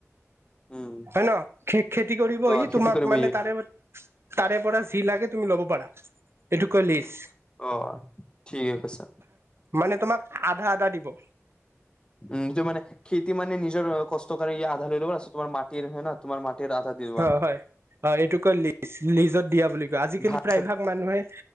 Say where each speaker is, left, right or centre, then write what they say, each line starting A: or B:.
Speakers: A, on the left; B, on the right.
A: উম
B: হয় ন? খে খেতি কৰিব
A: অ
B: ই
A: খেতি
B: তোমাক
A: কৰিব
B: মানে
A: ই
B: তাৰে তাৰে পৰা যি লাগে তুমি ল'ব পাৰা, এইটো কয় লিজ।
A: অ ঠিকে কৈছা
B: মানে তোমাক আধা আধা দিব।
A: উম সেইটো মানে খেতি মানে নিজৰ কষ্টকাৰে ই আধা লৈ ল'ব, লিজ তোমাৰ মাটি ৰ হয় ন তোমাৰ মাটিৰ আধা দি দিব।
B: অ' হয়, হয় এইটো কয় লিজ, লিজত দিয়া বুলি কয়। আজিকালি
A: ভাত
B: প্ৰায়ভাগ
A: চাত
B: মানুহে,